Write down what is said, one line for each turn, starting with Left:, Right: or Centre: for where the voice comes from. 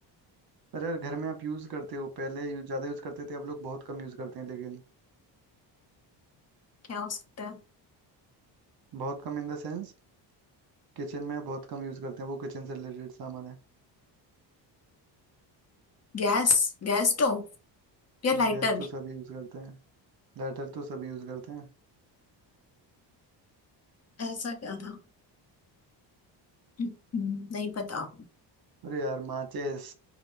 Right: पर यार घर में आप यूज करते हो पहले यूज ज्यादा यूज करते थे अब लोग बहुत कम यूज करते हैं लेकिन
Left: क्या हो सकता है
Right: बहुत कम इन द सेंस किचन में बहुत कम यूज करते हैं वो किचन से रिलेटेड सामान है
Left: गैस गैस स्टोव या लाइटर
Right: गैस तो सभी यूज करते हैं लाइटर तो सभी यूज करते हैं
Left: ऐसा क्या था हम्म, नहीं पता
Right: अरे यार माचिस